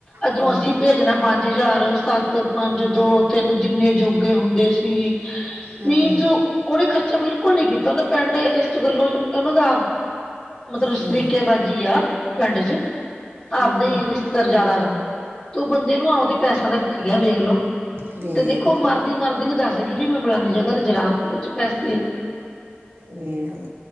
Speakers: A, on the left (about 20°); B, on the right (about 80°).
A: ਅੱਧਰੋਂ
B: ਹੂੰ
A: ਅਸੀਂ ਭੇਜਣਾ ਪੰਜ ਹਜ਼ਾਰ ਸੱਤ ਪੰਜ ਦੋ ਤਿੰਨ ਜਿੰਨੇ ਜੋਗੇ ਹੁੰਦੇ ਸੀ
B: ਹੂੰ
A: ਮੀਨਸ ਉਹਨੇ ਖਰਚਾ ਬਿਲਕੁਲ ਨੀ ਕੀਤਾ ਉਹਦੇ ਪਿੰਡ ਇਸ ਗੱਲੋਂ ਚ ਉਹਨਾਂ ਦਾ ਮਤਲਬ ਸਰੀਕੇਬਾਜ਼ੀ
B: ਹੂੰ
A: ਆ ਪਿੰਡ ਚ ਆਪਦੇ
B: ਹੂੰ
A: ਹੀ ਰਿਸ਼ਤੇਦਾਰ ਜ਼ਿਆਦਾ ਵਾ ਤੇ ਉਹ ਬੰਦੇ ਨੂੰ ਆਪਦੇ ਪੈਸਿਆਂ ਦਾ ਪੈ ਗਿਆ ਵੇਖ ਲੋ
B: ਵੇਖ
A: ਤੇ ਦੇਖੋ
B: ਲਾ
A: ਮਰਦੀ ਮਰਦੀ ਵੀ ਦੱਸ ਗਈ ਵੀ ਮੈਂ ਫਲਾਨੀ ਜਗ੍ਹਾ ਤੇ ਜਰਾਬ ਹੀ ਉਹ ਚ ਪੈਸੇ ਆ
B: ਇਹ ਹੰ